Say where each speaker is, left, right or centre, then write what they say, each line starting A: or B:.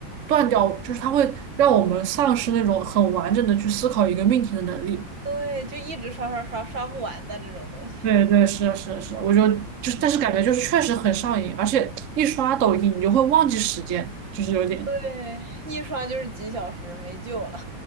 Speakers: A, on the right; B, on the right.
A: 断掉，就是它会让我们丧失那种很完整的去思考一个命题的能力。
B: 对，就一直刷刷刷刷不完的这种东西。
A: 对对，是的，是的，是，我就就是，
B: 嗯，
A: 但是感觉就是确实很上瘾，而且一刷抖音你就会忘记时间，就是有点，
B: 对，一刷就是几小时，没救了。